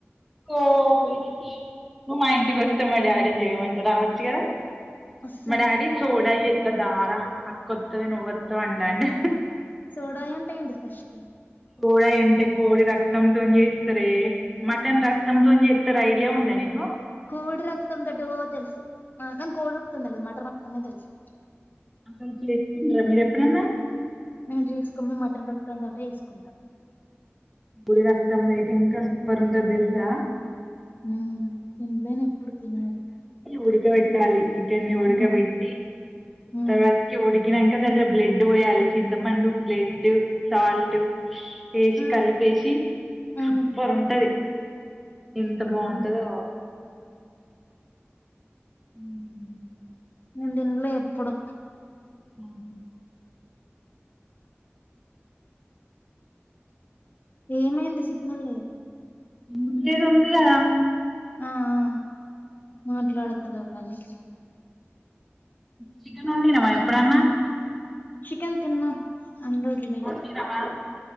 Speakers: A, in the centre; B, on the left.
A: ఓ నువ్వు మా ఇంటికి వస్తా దాడిని చేయమంటా రావచ్చు కదా
B: వస్సా
A: మా డాడీ సోడా చెత్త దారా అక్కొత్తది నువ్వత్త వ్ అంటాండు
B: సోడై అంటే ఏంటది ఫస్ట్
A: సోడై అంటే కోడి రక్తం తోనీ చేస్తారే మటన్ రక్తం తోని చేస్తారు ఐడియా ఉందా నీకు
B: కోడి రక్తం బ్లడ్ ఓ తెలుసు కోడి రక్తం తెలువదు మటన్ రక్తమే తెలుసు
A: అసలు చేసిర్రా మీరు ఎప్పుడన్నా
B: మేము చేసుకుంటే మటన్ రక్తంతోటే చెసుకుంటాం
A: గుడి రక్తందైతే ఇంకా సూపర్ ఉంటది తెలుసా
B: మ్ తిన్లేను ఎప్పుడు తినాలి
A: ఉడుకబెట్టాలి చికెన్ని ఉడుకబెట్టి
B: ఉమ్ ఉమ్
A: తర్వాతకి ఉడి నాంక దంట్లో బ్లడ్ పోయాలి చింతపండు బ్లడ్ సాల్ట్ ఎసి
B: ఉమ్
A: కలిపేసి సూపర్
B: ఉమ్
A: ఉంటది ఎంత
B: ఉహు
A: బాగుంటదో మ్
B: నేను తిన్లే ఎప్పుడు
A: ఆ
B: ఏమైంది సిగ్నల్ లేద
A: ఎందుకు లేదు ఉంది కదా
B: ఆ ఆ మాట్లోడుత
A: ఇంకా
B: లెవ్ కని
A: చికెన్ ఓండినవా ఎప్పుడన్నా
B: చికెన్ తిన్నా అండేది లేదు
A: వండినవా